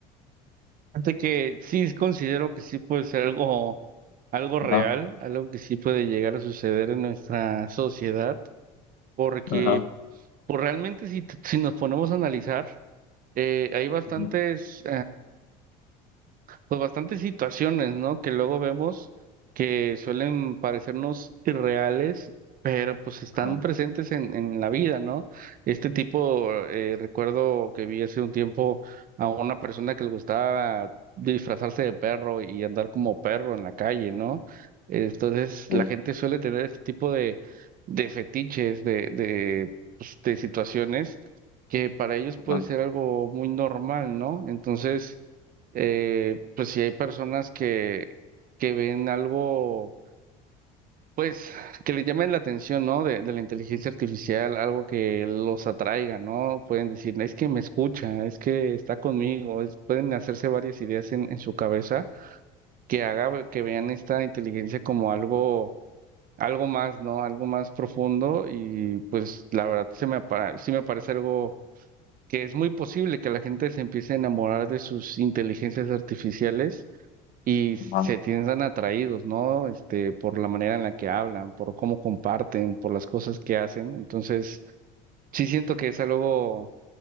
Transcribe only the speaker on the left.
Ajá,
ajá,
ujú,
ajá,
sí,
ajá,
ajá.